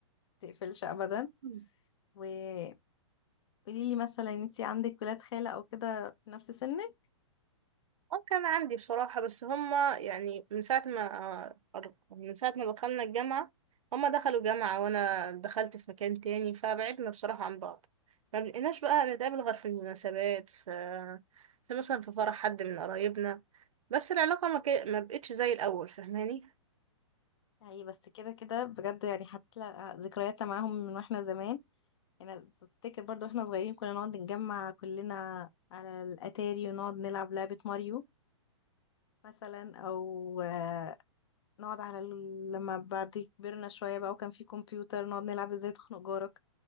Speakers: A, on the left (about 60°); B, on the right (about 85°).
A: بتقفلش ابدا
B: مم.
A: وقولي لي مثلا انتي عندك ولاد خالة او كده في نفس سنك
B: اه كان عندي بصراحة بس هما يعني من ساعة ما من ساعة ما دخلنا الجامعة هما دخلوا جامعة وأنا دخلت في مكان تاني فبعدنا بصراحة عن بعض ما بقيناش بقى نتقابل غير في المناسبات في, في مثلا في فرح حد من قرايبنا بس العلاقة ما, ك... ما بقتش زي الأول فاهماني
A: يعني بس كده كده بجد يعني هتلاقي ذكريات معاهم من واحنا زمان يعني تفتكر برضو احنا صغيرين كنا نقعد نجمع كلنا على الاتاري ونقعد نلعب لعبة ماريو مثلا او آه، نقعد على ال- لما بعد كبرنا شوية بقى وكان في كمبيوتر نقعد نلعب ازاي تخنق جارك